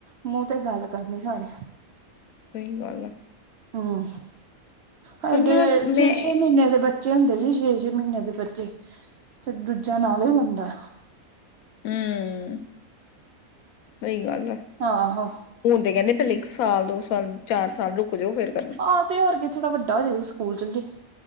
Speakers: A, on the right; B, on the left.
A: ਮੂੰਹ ਤੇ ਗੱਲ ਕਰਨੀ ਸਾਰੇ।
B: ਸਹੀ ਗੱਲ ਹੈਏ।
A: ਹਮ, ਹਡੇ
B: ਪਰ ਨਾ
A: ਤੇ ਛੇ-ਛੇ
B: ਮੈਂ
A: ਮਹੀਨੇ ਦੇ ਬੱ ਬੱਚੇ ਹੁੰਦੇ ਸੀ ਛੇ-ਛੇ ਮਹੀਨੇ ਦੇ ਬੱਚੇ ਤੇ ਦੂਜਾ ਨਾਲ ਹੀ ਹੁੰਦਾ।
B: ਹਮ, ਸਹੀ ਗੱਲ ਆ।
A: ਆਹੋ।
B: ਹੁਣ ਤੇ ਕਹਿੰਦੇ ਪਹਿਲੇ ਇੱਕ ਸਾਲ ਦੋ ਸਾਲ ਚਾਰ ਸਾਲ ਰੁਕ ਜਓ ਫਿਰ।
A: ਆਹ ਤੇ ਹੋਰਗੇ ਥੋੜਾ ਵੱਡਾ ਹੋ ਜੇ ਸਕੂਲ ਚਲ ਜੇ।